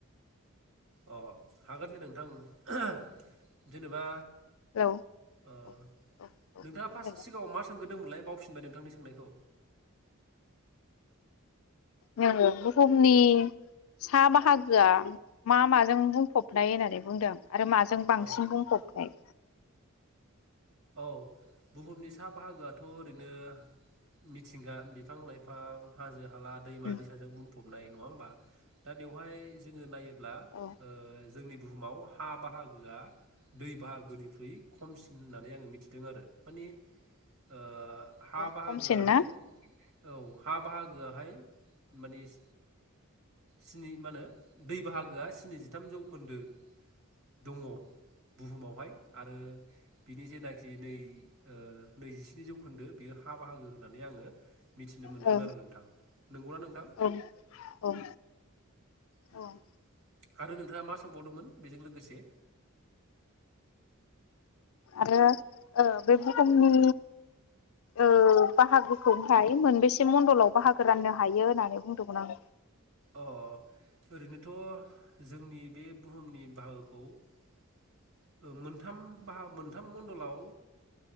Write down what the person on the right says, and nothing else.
अ हागोन दे नोंथां <unintelligible> जेनेबा
ओ
नोंथाङा
पाससो सिगाङाव मा सोंग्रोदोंमोनलाय बावफिन खुलुमबाय नोंथांनि सोंनायखौ।
अ
औ बुहुमनि सा बाहागोआथ' ओरैनो मिथ थिंगा बिफां- लाइफां हाजो हाला दैमा
दैसाजों बुंफबनाय नङा होमबा दा बेवहाय जोङो नायोब ब्ला
ओ जोंनि बुहुमाव हा बाहागोआ दै बाहागोनिख्रुइ खमसिन होननानै आङो मिथिदों आरो माने ओ हा
बाहागोआहाय
औ हा बाहागोआहाय माननिस स्नि मा होनो दै बाहागोआ स्निजिथाम जौखोन्दो दङ' बुहुमावहाय आरो जेनाखि दै ओ नैजिस्नि जौखोन्दो बेयो हा बाहागो होननानै आङो मिथिनो मोनदोंमोन
आरो नोंथां नंगौना नोंथां
<unintelligible>
आरो नोंथाङा मा सोंबावदोंमोन बेजों लोगोसे
अ ओरैनोथ' जोंनि बे बुहुमनि बाहागोखौ मोनथाम बाहा मोनथाम मनडलाव